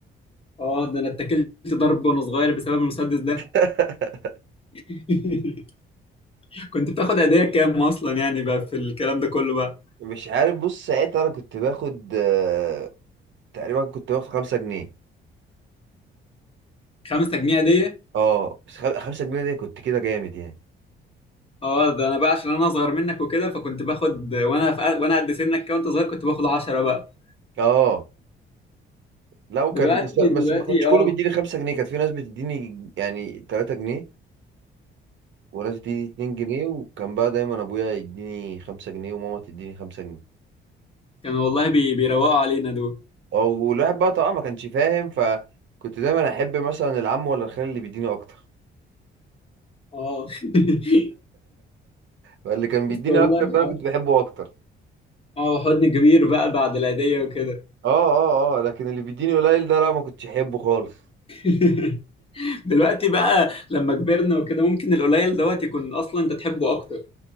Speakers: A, on the left (about 30°); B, on the right (about 70°).
A: اه ده انا اتكلت ضرب وانا صغير بسبب المسدس ده
B: <laughs>
A: <laughs> كنت بتاخد هديه كام اصلا يعني بقى في الكلام ده كله بقى
B: مش عارف بص ساعتها انا كنت باخد آه، تقريبا كنت باخد خمسة جنيه
A: خمسة جنيه هديه
B: اه بس خم- خمسة جنيه دي كنت كده جامد يعني
A: اه ده انا بقى عشان انا اصغر منك وكده فكنت باخد وانا في وانا قد سنك كده وانت صغير كنت باخد 10 بقى
B: اه لا وكان
A: دلوقتي
B: بس بس
A: دلوقتي
B: ما كانش كله
A: اه
B: بيديني خمسة جنيه كانت في ناس بتديني يعني تلاتة جنيه وناس بتديني اتنين جنيه وكان بقى دايما ابويا يديني خمسة جنيه وماما تديني خمسة جنيه
A: كانوا والله بي بيروقوا علينا دول
B: اه والواحد بقى طبعا ما كانش فاهم فكنت دايما احب مثلا العم ولا الخال اللي بيديني اكتر
A: اه <laughs>
B: فاللي كان بيديني
A: بس والله
B: اكتر ده انا كنت
A: اه
B: بحبه اكتر
A: اه حضن كبير بقى بعد العيدية وكده
B: اه اه اه لكن اللي بيديني قليل ده لا ما كنتش احبه خالص
A: <laughs> دلوقتي بقى لما كبرنا وكده ممكن القليل دوت يكون اصلا انت تحبه اكتر